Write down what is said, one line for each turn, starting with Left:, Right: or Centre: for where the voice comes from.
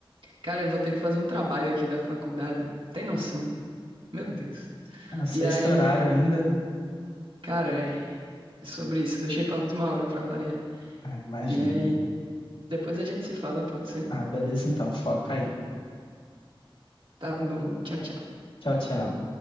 Right: cara, eu vou ter que fazer um trabalho aqui da faculdade. Tem noção? Meu Deus.
Left: Ah, sexto
Right: E aí,
Left: horário ainda, né?
Right: cara, é é sobre isso. Deixei pra última hora pra variar.
Left: Ah, imagino.
Right: E aí, depois a gente se fala, pode ser?
Left: Ah, beleza, então. Foca aí.
Right: Tá bom. Tchau, tchau.
Left: Tchau, tchau.